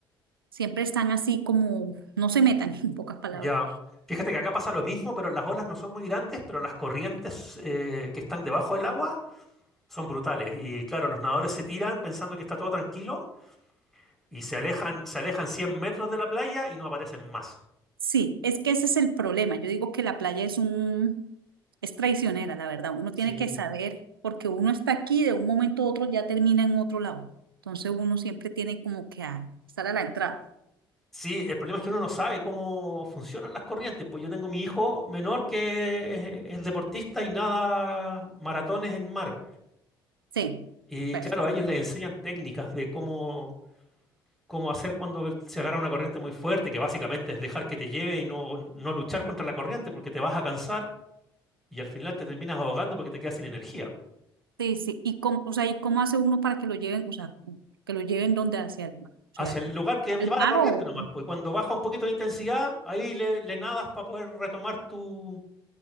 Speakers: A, on the right; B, in the centre.
A: siempre están así como, no se metan, <laughs> en pocas palabras.
B: ya. Fíjate que acá pasa lo mismo, pero las olas no son muy grandes, pero las corrientes eh, que están debajo del agua son brutales. Y claro, los nadadores se tiran pensando que está todo tranquilo y se alejan, se alejan 100 metros de la playa y no aparecen más.
A: Sí, es que ese es el problema. Yo digo que la playa es un, es traicionera, la verdad. Uno
B: Sí.
A: tiene que saber, porque uno está aquí, de un momento a otro ya termina en otro lado. Entonces uno siempre tiene como que a- estar a la entrada.
B: Sí, el problema es que uno no sabe cómo funcionan las corrientes. Pues yo tengo mi hijo menor que es, es deportista y nada maratones en mar.
A: Sí,
B: Y
A: perfecto.
B: claro, a ellos les enseñan técnicas de cómo, como hacer cuando se agarra una corriente muy fuerte, que básicamente es dejar que te lleve y no, no luchar contra la corriente porque te vas a cansar y al final te terminas ahogando porque te quedas sin energía.
A: Sí, sí. ¿Y cómo, o sea, ¿y cómo hace uno para que lo lleven, o sea, que lo lleven donde hacia el mar? O
B: Hacia
A: sea, ¿al
B: el lugar que lleva
A: al mar
B: la corriente
A: o...
B: nomás, pues cuando baja un poquito de intensidad, ahí le, le nadas para poder retomar tu,